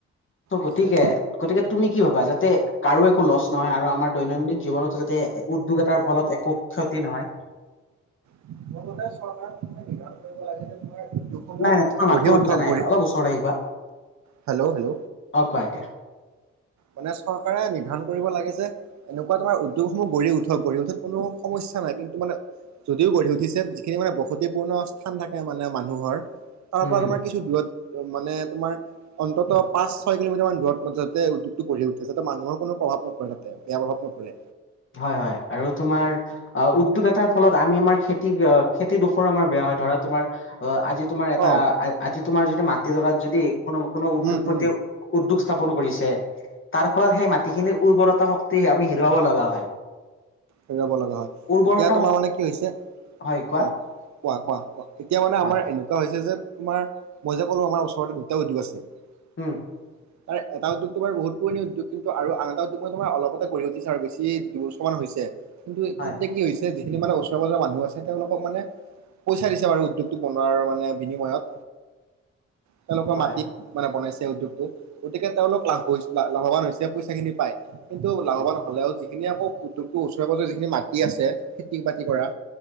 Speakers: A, on the left; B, on the right.
A: ত' গতিকে
B: আছে আছে।
A: গতিকে তুমি কি ভাবা যাতে কাৰো একো লছ নহয় আৰু আমাৰ দৈনন্দিন জীৱনত টো যাতে এ উদ্যোগ এটাৰ ফ'লত একো ক্ষতি নহয়।
B: <unintelligible>
A: নাই নাই তোমাৰ
B: পঢ়ি
A: মাতটো মই
B: উঠক
A: বুজা নাই
B: পঢ়ি,
A: অলপ ওচৰত আহি কোৱা
B: হেল্ল' হেল্ল'?
A: অ', কোৱা এতিয়া?
B: মানে চৰকাৰে নিৰ্ধাৰন কৰিব লাগে যে এনেকুৱা তোমাৰ উদ্যোগসমূ্হ গঢ়ি উঠক, গঢ়ি উঠাত কোনো সমস্যা নাই কিন্তু মানে যদিও গঢ়ি উঠিছে যিখিনি মানে বসতিপূৰ্ণ স্থান থাকে মানে মানুহৰ। তাৰ
A: উম
B: পৰা
A: হম
B: তোমাৰ কিছু দূৰত মানে তোমাৰ অন্ততঃ পাঁচ, ছয় কিলোমিটাৰ মান দূৰত যতে উদ্যোগ টো গঢ়ি উঠি তেতিয়া মানুহৰ কোনো প্ৰভাৱ নপৰে তাতে, বেয়া প্ৰভাৱ নপৰে।
A: হয় হয় আৰু তোমাৰ আহ উদ্যোগ এটাৰ ফ'লত আমি আমাৰ খেতি অ খেতিডোখৰো আমাৰ বেয়া হয় ধৰা তোমাৰ অ', আজি তোমাৰ এটা,
B: অ
A: আজি তোমাৰ যদি মাটিডৰাত যদি কোনো কোনো উদ্যোগ
B: উম
A: প্ৰতি
B: উম
A: উদ্যোগ স্থাপন কৰিছে, তাৰ ফ'লত সেই মাটিখিনিৰ উৰ্বৰতা শক্তি আমি হেৰুৱাব লগা হয়। <inaudible>
B: হেৰুৱাব লগা হয়,
A: উৰ্বৰতা
B: এতিয়া তোমাৰ
A: শক্তি
B: মানে কি হৈছে। অ',
A: হয় কোৱা
B: কোৱা কোৱা কোৱা। এতিয়া মানে
A: হয়
B: আমাৰ এনেকুৱা হৈছে যে, তোমাৰ মইযে ক'লো, আমাৰ ওচৰতে দুটা উদ্যোগ আছে।
A: উম্।
B: <inaudible> তাৰ এটা উদ্যোগ তোমাৰ বহুত পুৰণি উ্যোগ আৰু এটা উদ্যোগ তোমাৰ বহুত পুৰণি উদ্যোগ, কিন্তু আৰু আন এটা উদ্যোগ মানে তোমাৰ অলপতে গঢ়ি উঠিছে, আৰু বেছি দুইবছৰ মান হৈছে। কিন্তু
A: হয়
B: তেতিয়া কি হৈছে, যিখিনি মানে ওচৰৰ পাজৰৰ মানুহ আছে, তেওঁলোকক মানে পইচা দিছে বাৰু উদ্যোগটো বনোৱাৰ মানে বিনিময়ত, তেওঁলোকৰ
A: হয়
B: মাটিত মানে বনাইছে উদ্যোগটো। গতিকে, তেওঁলোক লাভ কৈছে, লাভৱান হৈছে পইচা খিনি পাই। কিন্তু লাভৱান
A: হয়
B: হ'লেও যিখিনি আকৌ, উদ্যোগটো ওচৰে-পাছৰে যিখিনি মাটি আছে, খেতি-বাতি কৰা।